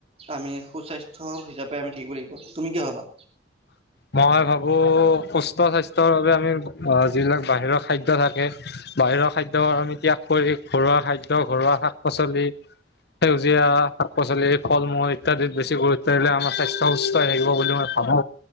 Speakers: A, on the right; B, on the left.
A: আমি সুস্বাস্থ্য হিচাপে আমি কি কৰি তুমি কিয় হবা
B: মই ভাবো সুস্থ স্বাস্থ্যৰ বাবে। যিবিলাক বাহিৰৰ খাদ্য। থাকে বাহিৰৰ খাদ্য আমি ত্যাগ কৰি ঘৰুৱা খাদ্য ঘৰুৱা শাক পাচলি সেউজীয়া শাক পাচলি ফল মূল ইত্যাদিত বেছি গুৰুত্ব দিলে আমাৰ স্বাস্থ্য সুস্থ। সৈ থাকিব বুলি মই ভাবো